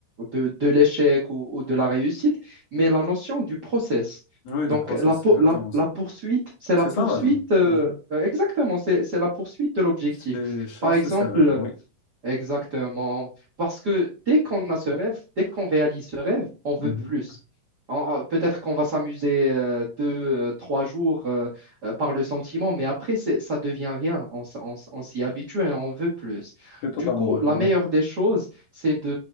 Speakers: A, on the right; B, on the left.
A: de, de l'échec ou, ou de la réussite, mais la notion du process.
B: oui, du
A: Donc,
B: process,
A: la, po-
B: c'est exactement
A: la,
B: ça.
A: la poursuite, c'est
B: C'est
A: la poursuite,
B: ça la vie.
A: euh,
B: Mhm.
A: euh, exactement, c'est, c'est la poursuite de l'objectif.
B: C'est chasser
A: Par exemple,
B: ses rêves, oui.
A: Exactement. Parce que dès qu'on a ce rêve, dès qu'on réalise ce rêve, on veut
B: Mhm.
A: plus. On- on- Peut-être qu'on va s'amuser euh, deux, euh, trois jours euh, euh, par le sentiment, mais après, c'est- ça devient rien. On, s- on s- on s'y habitue et on veut plus.
B: Je suis totalement
A: Du coup,
B: d'accord.
A: la meilleure
B: Oui,
A: des choses, c'est de,